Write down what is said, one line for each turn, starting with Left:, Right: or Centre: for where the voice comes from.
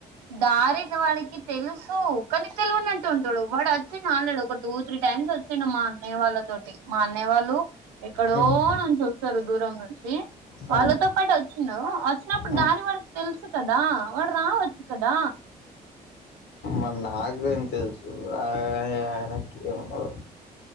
Right: దారి వాడికి తెలుసు కానీ తెలవనట్టు ఉంటడు వాడు వచ్చి ఆలర్డీ ఒక టూ త్రీ టైం మ్స్ వచ్చిండు మా అన్నయ వాళ్ళ తోటి మా అన్నయ వాళ్ళు ఎక్కడో
Left: మ్మ్
Right: నుంచి స్తరు దూరం నుంచి
Left: మ్మ్
Right: వాళ్ళతో పాటు వచ్చిండు వచ్చినప్పుడు
Left: మ్మ్
Right: దారి వాడికి తెలుసు కదా వాడు రావచ్చు కదా
Left: మరీ నాకేం తెలుసు అఅఅఅ ఆయనకేమున్నదో